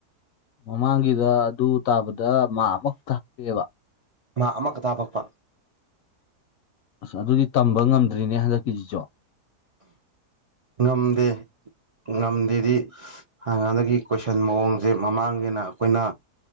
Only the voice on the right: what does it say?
ꯃꯥ ꯑꯃꯈ ꯇꯥꯕꯛꯄ
ꯉꯝꯗꯦ ꯉꯝꯗꯦꯗꯤ ꯍꯥꯟ ꯍꯥꯟꯗꯒꯤ ꯀꯣꯏꯁꯟ ꯃꯑꯣꯡꯁꯦ ꯃꯃꯥꯡꯒꯤꯅ ꯑꯩꯈꯣꯏꯅ